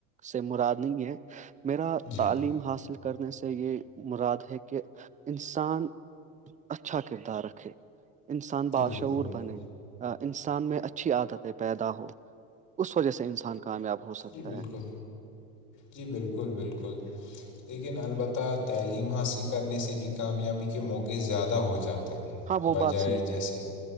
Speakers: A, on the right (about 20°); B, on the left (about 50°).
A: سے مرادنی ہے میرا
B: جی
A: تعلیم حاصل کرنے سے یہ مراد ہے کہ انسان اچھا کردار ہے انسان
B: جی
A: باشعور
B: بالکل بالکل
A: بنے انسان میں اچھی عادتیں پیدا ہو اس وجہ سے انسان کامیاب ہو سکتا
B: جی بالکل
A: ہے
B: جی بالکل بالکل لیکن البتہ تعلیم حاصل کرنے سے بھی کامیابی کے موقعے زیادہ ہو جاتے ہیں
A: ہاں وہ
B: بجائے
A: بات صحیح
B: جیسے
A: ہے